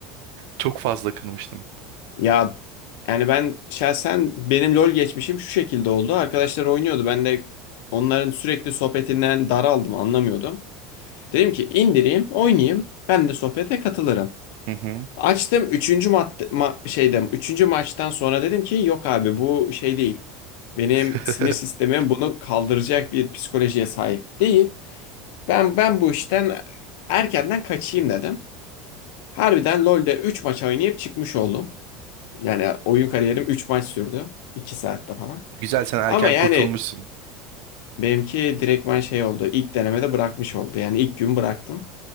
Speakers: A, on the right (about 70°); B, on the left (about 70°).
A: çok fazla kırmıştım.
B: Ya yani ben şahsen benim LoL geçmişim şu şekilde oldu. Arkadaşlar oynuyordu. Ben de onların sürekli sohbetinden daraldım, anlamıyordum. Dedim ki indireyim, oynayayım. Ben de sohbete katılırım.
A: Hı hı.
B: Açtım üçüncü mat ma- şeyde üçüncü maçtan sonra dedim ki yok abi bu şey değil. Benim
A: <laughs>
B: sinir sistemim bunu kaldıracak bir psikolojiye sahip değil. Ben ben bu işten erkenden kaçayım dedim. Harbiden LoL'de 3 maç oynayıp çıkmış oldum. Yani oyun kariyerim 3 maç sürdü. iki saatte falan.
A: Güzel sen erken
B: Ama yani
A: kurtulmuşsun.
B: benimki direktman şey oldu. İlk denemede bırakmış oldu. Yani ilk gün bıraktım.